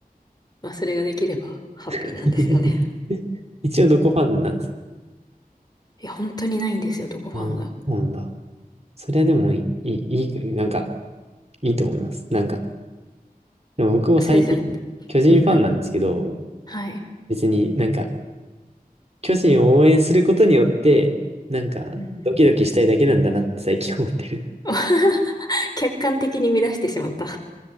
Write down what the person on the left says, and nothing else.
まあそれができればハッピーなんですよね。
いや、本当にないんですよ、どこファンが。
そうですよね。
うんうん。はい。
うんうん。
<laughs> 客観的に乱してしまった。